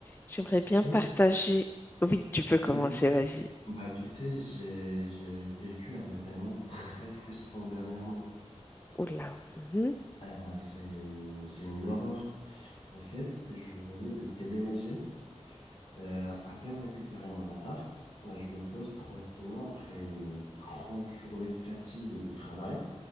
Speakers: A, on the left; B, on the left.
A: J'aimerais bien
B: Tu sais,
A: partager. Oui, tu peux commencer,
B: vas-y.
A: vas-y.
B: Bah, tu sais, j'ai j'ai vécu un événement très frustrant dernièrement.
A: Oula. mhm,
B: Ah bah, c'est une, c'est une horreur. En fait, je venais de déménager, euh, à peine récupérer mon appart. Bah, je me pose tranquillement après une grande journée de fatigue et de travail.